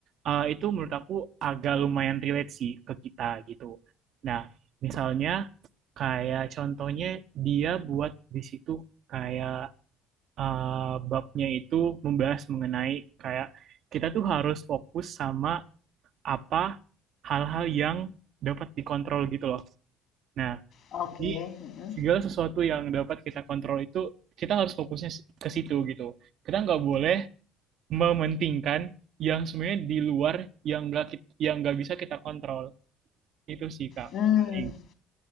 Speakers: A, on the right; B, on the left.
A: eh, itu menurut aku agak lumayan relate sih ke kita gitu. Nah, misalnya kayak contohnya dia buat di situ kayak eh, babnya itu membahas mengenai kayak kita tuh harus fokus sama apa hal-hal yang dapat dikontrol gitu loh. Nah,
B: Oke,
A: jadi
B: mhm.
A: segala sesuatu yang dapat kita kontrol itu kita harus fokusnya ke situ gitu. Kita nggak boleh mementingkan yang sebenarnya di luar yang nggak yang nggak bisa kita kontrol. Itu sih Kak
B: Mmm,
A: paling.